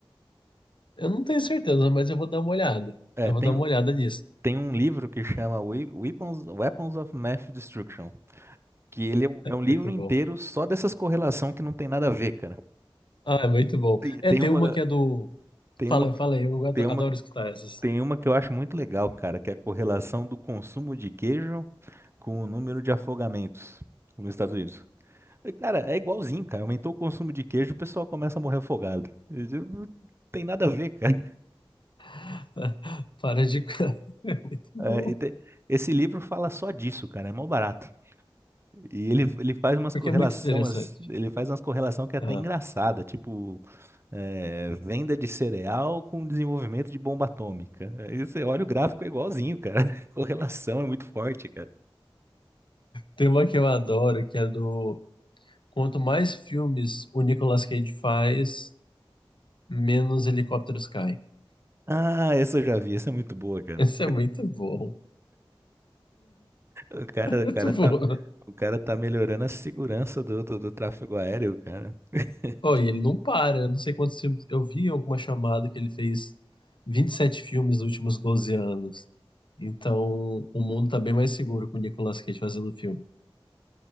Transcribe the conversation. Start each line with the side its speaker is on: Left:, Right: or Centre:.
Left: eu não tenho certeza, mas eu vou dar uma olhada.
Right: É,
Left: Eu
Right: tem,
Left: vou dar uma olhada nisso.
Right: tem um livro que chama We- Weapons, Weapons of Math Destruction. Que ele é um, é um livro
Left: Muito
Right: inteiro
Left: bom.
Right: só dessas correlação que não tem nada a ver, cara.
Left: Ah, é muito bom.
Right: Tem,
Left: É,
Right: tem
Left: tem
Right: uma.
Left: uma que é do.
Right: Tem
Left: Fala,
Right: uma,
Left: fala aí, eu ado-
Right: tem uma,
Left: adoro escutar essas.
Right: tem uma que eu acho muito legal, cara, que é a correlação do consumo de queijo com o número de afogamentos nos Estados Unidos. E, Cara, é igualzinho, cara. Aumentou o consumo de queijo, o pessoal começa a morrer afogado. E, tipo, Não tem nada a ver, cara.
Left: <laughs> Para de. <laughs> É muito bom.
Right: É, e te- esse livro fala só disso, cara. É mó barato. E ele, ele faz umas
Left: Porque
Right: correlações,
Left: é muito interessante.
Right: ele faz umas correlação que é até
Left: Ah,
Right: engraçada, tipo é, venda de cereal com desenvolvimento de bomba atômica. Aí você olha o gráfico é igualzinho, cara. <laughs> Correlação é muito forte, cara.
Left: Tem uma que eu adoro, que é do. Quanto mais filmes o Nicolas Cage faz, menos helicópteros caem.
Right: Ah, essa eu já vi, essa é muito boa,
Left: <laughs>
Right: cara.
Left: Esse é muito bom.
Right: O cara,
Left: <laughs> Muito
Right: o cara
Left: bom.
Right: tá, o cara tá melhorando a segurança do, do, do tráfego aéreo, cara.
Left: Oh,
Right: De-
Left: e ele não para. Eu não sei quantos filmes. Eu vi alguma chamada que ele fez Vinte e sete filmes nos últimos 12 anos. Então, o mundo tá bem mais seguro com o Nicolas Cage fazendo filme.